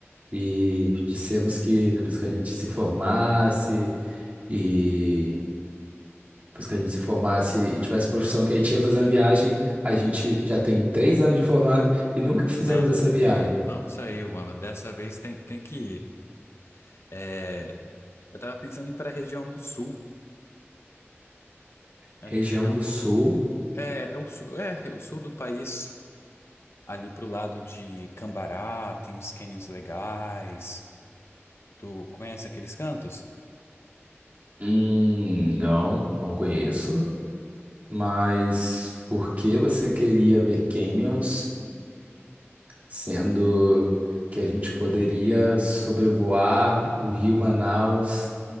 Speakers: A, on the right; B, on the left.
A: e dissemos que depois que a gente se formasse e depois que a gente se formasse e tivesse profissão que a gente ia fazer uma viagem, a gente já tem três anos de formado e nunca fizemos
B: Nada,
A: essa
B: não,
A: viagem.
B: não saiu, mano. Dessa vez tem, tem que ir. É, eu tava pensando em ir pra região do sul, ali
A: Região
B: pegar
A: do
B: um pouco.
A: Sul?
B: É, é o sul, é, é o sul do país. Ali pro lado de Cambará, tem uns cânions legais. Tu conhece aqueles cantos?
A: Hum, não, não conheço. Mas por que você queria ver canyons? sendo que a gente poderia sobrevoar o Rio Manaus